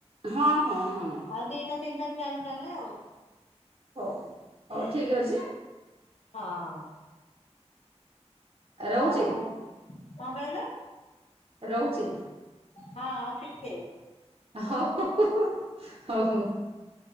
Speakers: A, on the right; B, on the left.
A: ହଁ ହଁ ହଁ।
B: ଆଉ ଦିଟା ତିନିଟା ଫ୍ୟାନ ଚାଲେ ଆଉ।
A: ହଉ ହଉ ଠିକ୍ ଅଛି।
B: ହଁ ଅ।
A: ରହୁଛି
B: ଆଉ କଣ କହିଲେ?
A: ରହୁଛି।
B: ହଁ ଆଉ ଟିକେ।
A: <inaudible> ହଉ ହଉ